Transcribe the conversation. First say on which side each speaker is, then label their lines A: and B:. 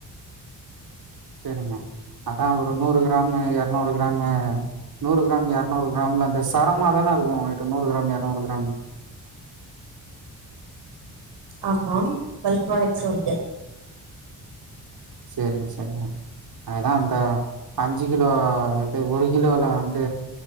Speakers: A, on the right (about 65°); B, on the right (about 80°).
A: செரிங்க அதான் ஒரு நூறு க கிராம் இருநூறு கிராம் நூறு கிராம் இருநூறு கிராம்ல அந்த தரமா தானருக்கு உங்கிட்ட நூறு கிராம் எர்நூறு கிராம்
B: ஆமா வெல்த் ப்ராடக்ட்ஸு இருக்கு
A: செரிங்க செரிங்க அதுதா அந்த அஞ்சு கிலோ ஒரு கிலோல வந்து